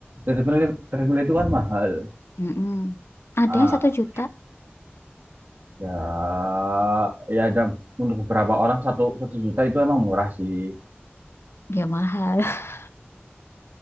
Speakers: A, on the right; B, on the left.
A: treadmill kan- treadmill itu kan mahal
B: mm-mm. Ada
A: ah
B: yang satu juta,
A: ya ya ada untuk beberapa orang satu satu juta itu emang murah sih
B: ya mahal. <laughs>